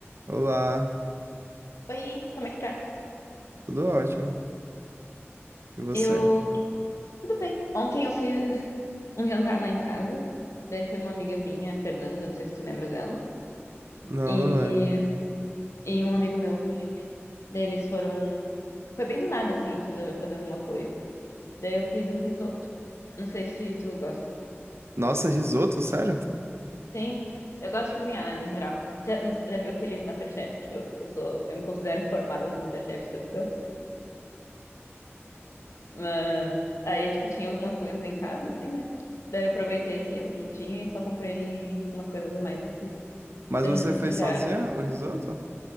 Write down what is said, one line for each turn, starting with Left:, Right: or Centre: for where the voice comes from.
Right: Olá,
Left: Oi, como é que tá?
Right: tudo ótimo. E você?
Left: Eu. Tudo bem. Ontem eu fiz um jantar lá em casa. Daí foi uma amiga minha, a Fernanda, não sei se tu lembra dela.
Right: Não,
Left: E,
Right: não lembro.
Left: e um amigo meu, o Felipe. Daí eles foram. Foi bem do nada, assim, a gente resolveu fazer alguma coisa. Daí eu fiz um risoto. Não sei se tu gosta.
Right: Nossa, risoto, sério?
Left: Sim, eu gosto de cozinhar, né, no geral. Você Já, já viu aquele MasterChef? Tipo, eu, eu sou. Eu me considero formada no MasterChef, tanto que eu assisto. Mas aí, tipo, tinha algumas coisas em casa, assim, né? Daí eu aproveitei que, o que tinha e só comprei umas coisas a mais e fiz.
Right: Mas
Left: Daí
Right: você
Left: não-
Right: fez
Left: tu já.
Right: sozinha o risoto?